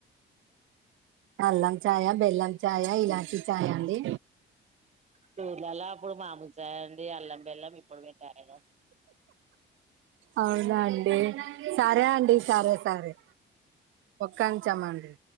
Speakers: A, on the right; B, on the right.
A: అల్లం చాయ బెల్లం చాయ ఇలాంటి చాయ అండి
B: టూర్లలో అప్పుడు మాముూలు చాయి అండి అల్లం బెల్లం ఇప్పుడ కాయర
A: అవునా అండి సరే అండి సరే సరే ఒక్కంగ్ చమండ్రి